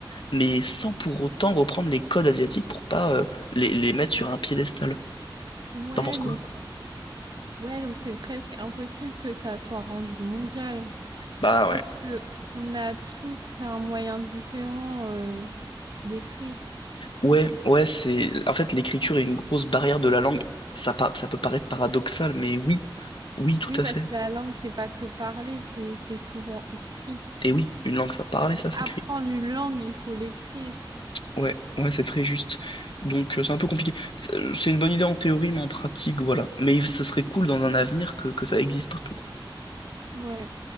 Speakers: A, on the left (about 70°); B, on the right (about 55°).
A: mais sans pour autant reprendre les codes asiatiques pour pas euh, les, les mettre sur un piédestal.
B: Ouais,
A: T'en penses
B: donc
A: quoi?
B: c'est- ouais, donc c'est presque impossible que ça soit rendu mondial
A: Bah
B: parce
A: ouais.
B: que on a tous un moyen différent euh, d'écrire.
A: Ouais, ouais, c'est. En fait, l'écriture est une grosse barrière de la langue. Ça, pa- ça peut paraître paradoxal, mais oui, oui, tout
B: Oui, parce
A: à fait.
B: que la langue, c'est pas que parler, c'est c'est souvent écrit.
A: Et oui, une langue, ça parle et ça s'écrit.
B: Apprendre une langue, il faut l'écrire.
A: Ouais, ouais, c'est très juste. Donc, euh, c'est un peu compliqué. C'est euh, c'est une bonne idée en théorie, mais en pratique, voilà. Mais ce serait cool dans un avenir que, que ça existe, par contre.
B: Ouais.